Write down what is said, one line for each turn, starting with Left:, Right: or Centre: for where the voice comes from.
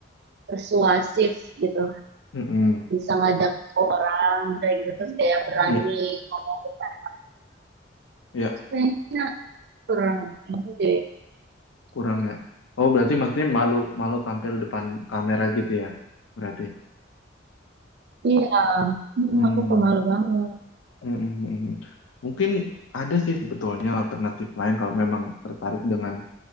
Right: persuasif gitu
Left: Mm-mm.
Right: bisa ngajak orang kayak gitu terus kayak berani
Left: Iya,
Right: ngomong "Oh,
Left: iya.
Right: kayaknya kurang ini deh
Left: kurang ya. Oh, berarti maksudnya malu malu tampil depan kamera gitu ya. Berarti.
Right: iya hmm,
Left: Hmm.
Right: aku pemalu banget
Left: Hmm, hmm, hmm, hmm. Mungkin ada sih sebetulnya alternatif lain kalau memang tertarik dengan